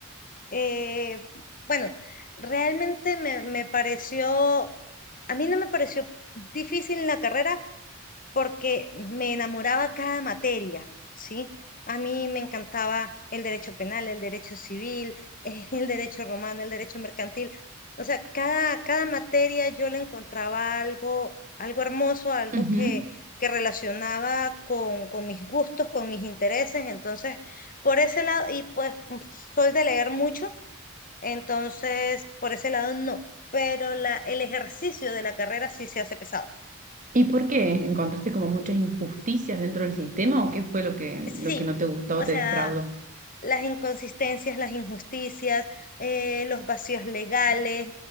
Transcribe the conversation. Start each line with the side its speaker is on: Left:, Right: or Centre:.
Left: Eh, bueno, realmente me, me pareció, a mí no me pareció difícil la carrera, porque me enamoraba cada materia, ¿sí? A mí me encantaba el derecho penal, el derecho civil, <laughs> el derecho romano, el derecho mercantil. O sea, cada, cada materia yo le encontraba algo, algo hermoso, algo
Right: Ujú.
Left: que, que relacionaba con, con mis gustos, con mis intereses. Entonces, por ese lado, y pues mm, soy de leer mucho, entonces por ese lado no. Pero la, el ejercicio de la carrera sí se hace pesado.
Right: ¿Y por qué? ¿Encontraste como muchas injusticias dentro del sistema o qué fue lo que,
Left: Sí,
Right: lo que no te gustó
Left: o
Right: o te
Left: sea,
Right: defraudó?
Left: las inconsistencias, las injusticias, eh, los vacíos legales.